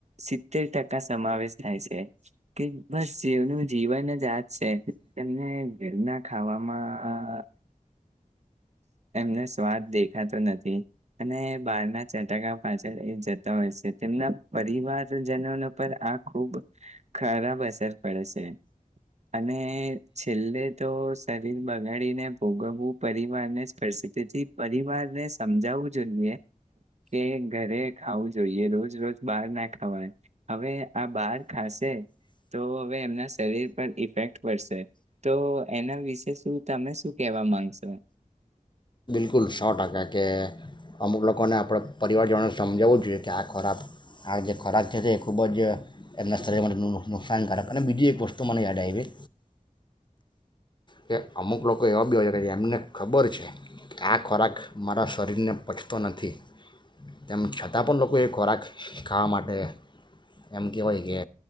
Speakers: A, on the right (about 50°); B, on the left (about 35°).
A: સિત્તેર ટકા સમાવેશ થાય છે, કે બસ જેનું જીવન જ આજ છે, તને ઘરના ખાવામાં એમને સ્વાદ દેખાતો નથી અને બારના ચટકા પાછળ એ જતા હોય છે, તેમના પરિવારજનો પર આ ખુબ ખરાબ અસર પડે છે, અને છેલ્લે તો શરીર બગાડીને ભોગવું શે તેથી પરિવારને સમજાવું જોઈએ, કે ઘરે ખાવું જોઈએ રોજ રોજ બહાર ના ખાવાય હવે આ બહાર ખાશે તો હવે એમના શરીર પર ઇફેક્ટ પડશે તો એના વિશે શું તમે શું કેહેવા માંગશો?
B: બિલકુલ સો ટકા કે અમુક લોકોને આપણે પરિવારજનોને સમજાવવું જોઈએ, કે આ ખોરાબ આ જે ખોરાક છે તે એ ખૂબ જ એમના શરીરમાં નુકસાનકારક અને બીજી એક વસ્તુ મને યાદ આવી કે અમુક લોકો એવા બી હો છે કે જે એમને ખબર છે, કે આ ખોરાક મારા શરીરને પચતો નથી તેમ છતાં પણ લોકો એ ખોરાક ખાવા માટે એમ કહેવાય કે